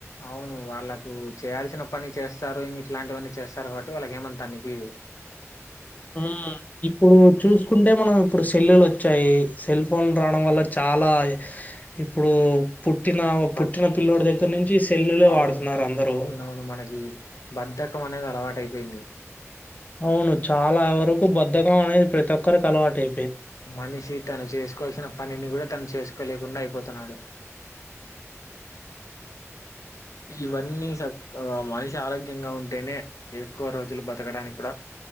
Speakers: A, on the left; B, on the left.
A: అవును వాళ్ళకు చేయాల్సిన పని చేస్తారు ఇంగిట్లాంటి వన్ని చేస్తారు కాబట్టి వాళ్ళకేమంత అనిపీదు
B: మ్మ్ ఇప్పుడు చూసుకుంటే మనం ఇప్పుడు సెళ్ళు లో చ్చాయి సెల్ ఫోన్ రాడం వల్ల చాలా ఇప్పుడు పుట్టిన
A: బట్
B: పుట్టిన పిల్లోడి దగ్గర నుంచి సెల్లులే
A: అవును
B: వాడుతున్నారు అందరూ
A: అవునవును మనకి బద్దకం అనేది అలవాటైపోయింది.
B: అవును చాలా వర బద్ధకం అనేది ప్రతొక్కరికలవాటై
A: మనిషి తను చేసుకోల్సిన పనిని గుడా తను చేసుకోలేకుండా ఐ పోతనాడు ఇవన్నీ సక్కగ మనిషి ఆరోగ్యంగా ఉంటేనే ఎక్కువ రోజులు బతకడానికి కూడా